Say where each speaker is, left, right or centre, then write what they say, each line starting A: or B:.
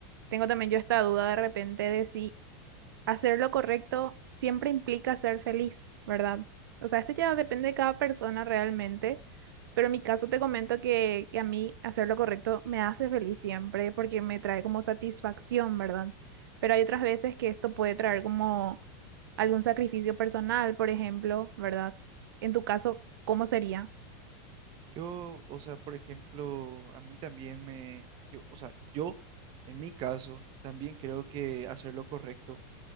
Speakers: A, on the right (about 80°); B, on the right (about 45°).
A: Tengo también yo esta duda de repente de si hacer lo correcto siempre implica ser feliz, ¿verdad? O sea, esto ya depende de cada persona realmente, pero en mi caso te comento que, que a mí hacer lo correcto me hace feliz siempre porque me trae como satisfacción, ¿verdad? Pero hay otras veces que esto puede traer como algún sacrificio personal, por ejemplo, ¿verdad? En tu caso, ¿cómo sería?
B: Yo, o sea, por ejemplo, a mí también me, yo, o sea, yo, en mi caso, también creo que hacer lo correcto